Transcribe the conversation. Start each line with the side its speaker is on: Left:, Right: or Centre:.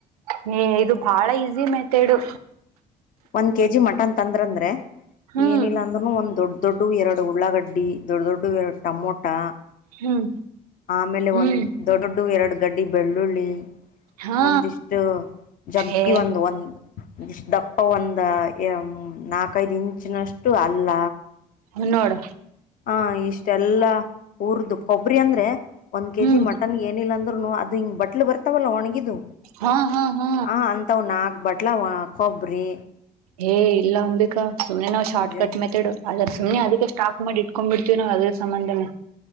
Right: ಹೆ ಇದು ಬಾಳ easy method.
Left: One KG mutton. ತಂದ್ರ್ ಅಂದ್ರೆ
Right: ಹ್ಮ್
Left: ಏನಿಲ್ಲ ಅಂದ್ರೂನು ಒಂದ್ ದೊಡ್ ದೊಡ್ಡು ಎರಡ್ ಉಳ್ಳ. ಳ್ಳಾಗಡ್ಡಿ ದೊಡ್ಡ್ ದೊಡ್ಡವೇರಡ್ ಟಮೋಟಾ.
Right: ಹ್ಮ್
Left: ಆಮೇಲೆ
Right: ಹ್ಮ್
Left: ಒಂದ್ ದೊಡೋಡ್ ದು ಎರಡ್ ಗಡ್ಡಿ ಬೆಳ್ಳುಳ್ಳಿ.
Right: ಹಾ
Left: ಒಂದಿಷ್ಟು ಜಗ್ಗಿ
Right: ಏ
Left: ಒಂದು ಒಂದ್ ಒಂದಿಷ್ಟ್ ದಪ್ಪ ಅವ್ ಒಂದ ಏ ಏಮ್ ನಾಕ್ ಕೈದ್ ಇಂಚ್ ನಷ್ಟ್ ಟು ಅಲ್ಲ.
Right: ಇಲ್ ನೋಡ.
Left: ಹಾ ಇಷ್ಟೆಲ್ಲಾ ಉರ್ದು. ಕೊಬ್ರಿ ಅಂದ್ರೆ. ಒಂದ್ ಕೆ
Right: ಹ್ಮ್
Left: ಜಿ ಮಟನ್ಗ್ ಏನಿಲ್ಲ ಅಂದ್ರು ನು ಅದು ಹಿಂಗ್ ಬಟ್ಲು ಬರ್ತಾವಲ್ಲ ಒಣ್ಗಿದು.
Right: ಹಾ ಹಾ ಹಾ
Left: ಹ ಅಂತವ್ ನಾಕ್ ಬಟ್ಲ ಅವ ಕೊಬ್ರಿ.
Right: ಹೇ ಇಲ್ಲ ಒಂಬಿಕ್ ಕ ಸುಮ್ನೆ ನಾವ್ ಶಾರ್ಟ
Left: ಜ
Right: ಕಟ್ ಮೆತೆಡ್ ಅದ್ರಸ್ ಸುಮ್ನೆ ಅದಕ್ಕೆ ಸ್ಟಾಪ್ ಮಾಡ್ ಇಟ್ಕೊಂಡ್ ಬಿಡ್ತೀವ್ ನಾವ್ ಅದ್ರ ಸಂಬಂದನೆ.